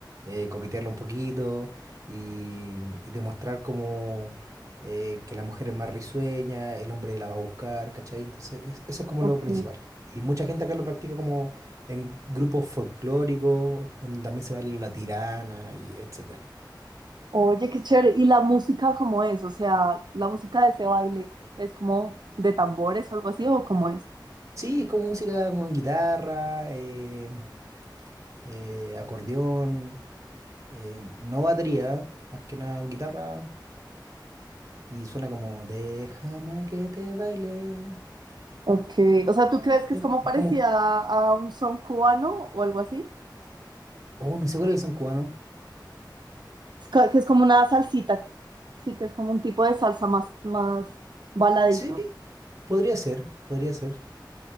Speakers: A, on the right; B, on the right.
A: eh, coquetearla un poquito y, y demostrar como eh, que la mujer es más risueña, el hombre la va a buscar, ¿cachai? Entonces, es- eso es como
B: ok.
A: lo principal. Y mucha gente acá lo practica como en grupos folclóricos, donde también se baila la tirana y etcétera.
B: Oye, qué chévere. ¿Y la música cómo es? O sea, la música de ese baile es como de tambores o algo así, ¿o cómo es?
A: Sí, es como música con guitarra, em, eh, acordeón, eh, no batería, más que nada guitarra, Y suena como, déjame que te baile.
B: Ok,
A: la
B: o
A: consciente".
B: sea, ¿tú crees que es como
A: Es
B: parecida
A: como,
B: a un son cubano o algo así?
A: oh, no sé cuál es el son cubano.
B: Es co- que es como una salsita, sí, que es como un tipo de salsa más, más baladito.
A: Sí, podría ser, podría ser.